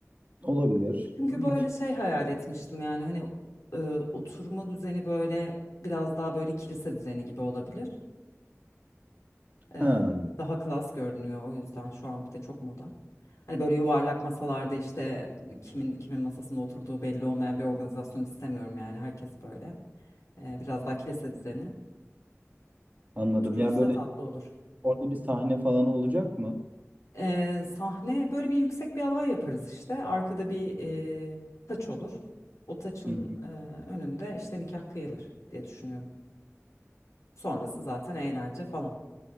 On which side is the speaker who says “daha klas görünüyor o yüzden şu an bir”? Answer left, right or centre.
Left